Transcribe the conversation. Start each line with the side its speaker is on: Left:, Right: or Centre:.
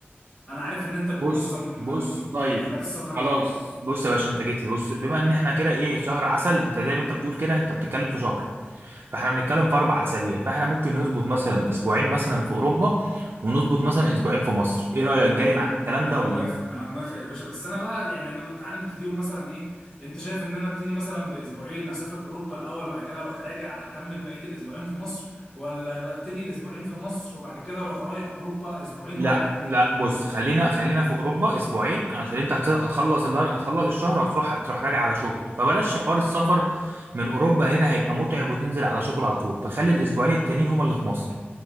Left: انا عارف ان انت بتنظم
Right: بص بص
Left: من
Right: طيب
Left: رحلات السفر
Right: خلاص
Left: دي حلو
Right: بص يا باشا انت جيت لي بص بما ان احنا كده ايه شهر عسل انت زي ما انت بتقول كده انت بتتكلم في شهر فاحنا بنتكلم في اربع اسابيع فاحنا ممكن نظبط مثلا اسبوعين مثلا في اوروبا ونظبط مثلا اسبوعين في مصر ايه رايك جاي
Left: حلو
Right: معاك الكلام
Left: انا
Right: ده ولا
Left: موافق
Right: ايه
Left: انا موافق يا باشا بس انا بقى يعني انا تعالى نبتديهم مثلا ايه انت شايف ان انا ابتدي مثلا باسبوعين اسافر اوروبا الاول وبعد كده اروح راجع اكمل بقيه الاسبوعين في مصر ولا بقى ابتدي الاسبوعين في مصر وبعد كده اروح رايح اوروبا اسبوعين
Right: لا
Left: وارجع تاني
Right: لا بص خلينا خلينا في اوروبا اسبوعين عشان انت هت- هتخلص اللار... هتخلص الشهر هتروح هتروح راجع على شغل فبلاش حوار السفر من اوروبا هنا هيبقى متعب وتنزل على شغل على طول فخلي الاسبوعين التانيين هما اللي في مصر